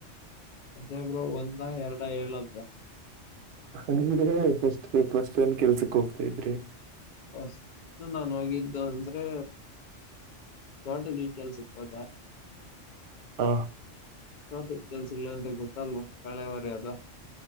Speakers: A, on the left; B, on the right.
A: ಅದೆ ಬ್ರೋ ಒಂದ ಎರಡು ಹೇಳೋಕೆ.
B: ಅಯ್ಯೋ ಫಸ್ಟ್ ಫಸ್ಟ್ ಏನ್ ಕೆಲ್ಸಕ್ ಹೋಗ್ತಾ ಇದ್ರಿ.
A: ಫಸ್ಟ್ ನಾನ್ ಹೋಗಿದ್ದು ಅಂದ್ರೆ ತೋಟಗಳಿಗೆ ಕೆಲ್ಸಕ್ಕೆ ಹೋದೆ.
B: ಹ
A: ತೋಟುದ್ ಕೆಲ್ಸಗಳದ್ರೆ ಗೊತ್ತಲ್ಲ ಕಳೆವರಿ ಅದು.